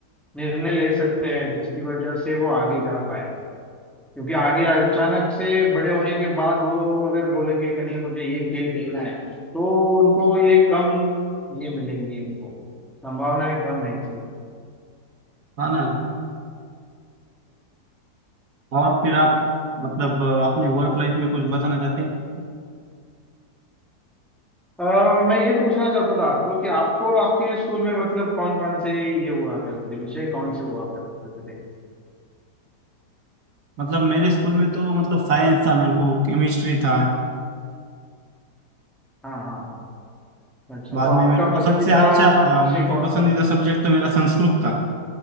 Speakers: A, in the centre; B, on the right.
A: निर्णय ले सकते हैं जिसकी वजह से वो आगे जा पाए क्योंकि आगे अचानक से बड़े होने के बाद वो अगर बोलेंगे कि नहीं मुझे ये खेल खेलना है तो उनको ये कम ये मिलेंगी उनको संभावनाएं कम है इसकी
B: है ना और फिर आप मतलब अपने वर्क लाइफ में कुछ बताना चाहते हैं
A: और मैं ये पूछना चाहता था आपको कि आपको आपके स्कूल में मतलब कौन कौन से ये हुआ करते थे विषय कौन से हुआ करते थे
B: मतलब मेरे स्कूल में तो मतलब साइंस
A: हाँ
B: था मेरे को केमिस्ट्री था
A: हाँ हाँ अच्छा
B: बाद
A: तो आपका
B: में मेरे को
A: पसंदीदा
B: सबसे अच्छा अ,
A: विषय
B: मेरे को
A: कौन
B: पसंदीदा
A: सा था
B: सब्जेक्ट तो मेरा संस्कृत था